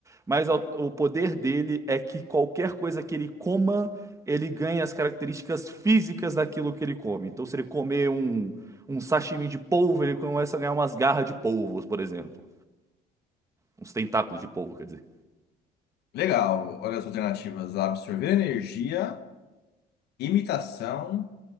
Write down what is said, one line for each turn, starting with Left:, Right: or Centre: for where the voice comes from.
Right: Mas a- o poder dele é que qualquer coisa que ele coma, ele ganha as características físicas daquilo que ele come. Então, se ele comer um, um sashimi de polvo, ele começa a ganhar umas garras de polvos, por exemplo. Uns tentáculos de polvo, quer dizer.
Left: Legal. Olha as alternativas: absorver energia, imitação,